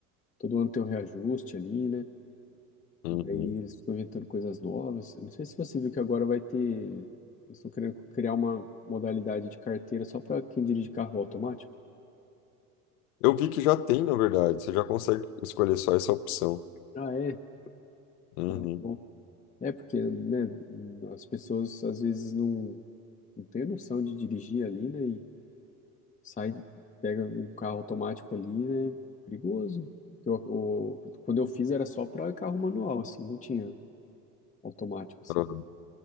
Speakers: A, on the left; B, on the left.
A: todo ano tem um reajuste ali, né?
B: Uhum.
A: Daí eles ficam inventando coisas novas. Não sei se você viu que agora vai ter. Eles estão querendo criar uma modalidade de carteira só para quem dirige carro automático.
B: Eu vi que já tem, na verdade. Você já consegue escolher só essa opção.
A: Ah, é?
B: Uhum.
A: Olha que bom. É porque, né, as pessoas às vezes não, não têm noção de dirigir ali, né? E sai, pega um carro automático ali, né? Perigoso. Porque eu- o- quando eu fiz era só para carro manual, assim, não tinha automático, assim.
B: Uhum.